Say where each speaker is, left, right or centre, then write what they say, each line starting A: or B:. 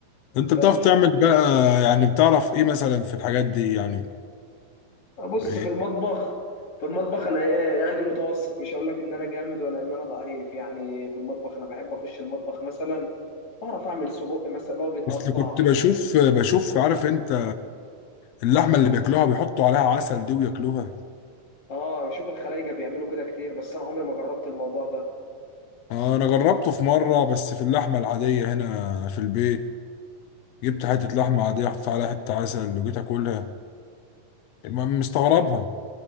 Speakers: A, on the left; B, on the left.
A: انت
B: انت بتعرف
A: ب...
B: تعمل بقى يعني بتعرف ايه مثلا في الحاجات دي يعني
A: بص
B: إيه؟
A: في المطبخ في المطبخ انا ايه يعني متوسط مش هقول لك ان انا جامد ولا ان انا ضعيف يعني في المطبخ انا بحب اخش المطبخ مثلا بعرف اعمل سجق مثلا اللي هو بيتقطع
B: اصل كنت بشوف بشوف عارف انت اللحمه اللي بياكلوها بيحطوا عليها عسل دي وياكلوها
A: اه بشوف الخلايجه بيعملوا كده كتير بس انا عمري ما جربت الموضوع ده
B: آه، انا جربته في مره بس في اللحمه العاديه هنا في البيت جبت حته لحمه عاديه حطيت عليها حته عسل وجيت اكلها ما- مستغربها